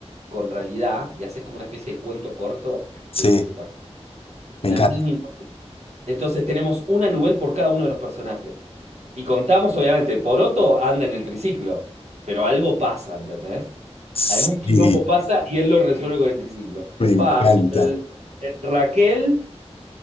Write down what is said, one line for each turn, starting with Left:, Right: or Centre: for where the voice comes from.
Right: con realidad y haces como una especie de cuento corto
Left: sí,
Right: de 15 páginas.
Left: me
Right: Una
Left: encanta.
Right: mini.
Left: <laughs>
Right: Entonces tenemos una novel por cada uno de los personajes. Y contamos, obviamente, Poroto anda en el triciclo, pero algo pasa, ¿entendés?
Left: Sí,
Right: Algún quilombo pasa y él lo resuelve con el triciclo.
Left: me encanta.
Right: Pa, el- eh, Raquel